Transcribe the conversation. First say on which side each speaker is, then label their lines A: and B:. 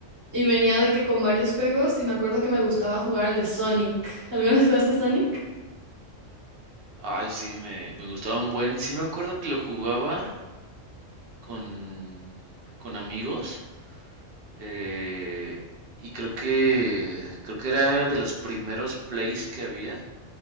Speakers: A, on the right; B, on the right.
A: Y venía de que con varios juegos, y me acuerdo que me gustaba jugar el de Sonic. ¿Alguna vez jugaste Sonic?
B: Ay, sí, me, me gustaba un buen. Sí, me acuerdo que lo jugaba con, con amigos. eh, y creo que creo que era de los primeros plays que había.